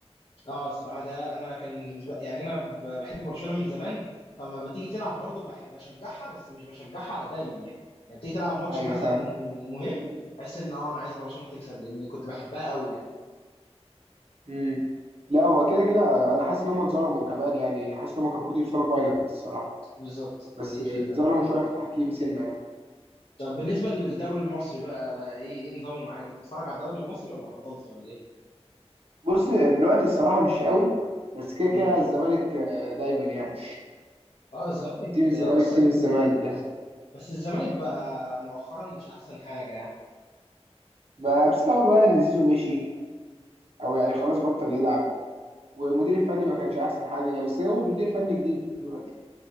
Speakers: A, on the left; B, on the right.
A: اه الصراحه ده انا كان بالنسبة- يعني انا ب- بحب برشلونه من زمان فما بتيجي تلعب برضو بح- بشجعها بس مش بشجعها دايما يعني يعني بتيجي تلعب ماتش
B: أيوة
A: مثلا
B: فاهم
A: مهم بحس ان اه انا عايز برشلونه تكسب لان كنت بحبها قوي يعني
B: مم. لا هو كده كده أنا حاسس إن هم اتظلموا كمان يعني حاسس إن هم كان المفروض يوصلوا فاينل الصراحة
A: بالظبط
B: بس
A: آه، دي الفكره
B: اتظلموا
A: بقى
B: شويه في التحكيم سنه يعني
A: طب بالنسبة للدوري المصري بقى ايه ايه نظامه معاك بتتفرج على الدوري المصري ولا بطلت ولا ايه؟
B: بص دلوقتي الصراحه مش قوي بس كده كده
A: امم
B: الزمالك آه، دايما يعني
A: اه الزمالك
B: تيم الزمالك
A: آه، بس
B: تيم الزمالك يعني
A: بس الزمالك بقى مؤخرا مش احسن حاجة يعني
B: ما بسبب بقى ان زيزو مشي او يعني خلاص بطل يلعب والمدير الفني ما كانش احسن حاجه بس جابوا مدير فني جديد دلوقتي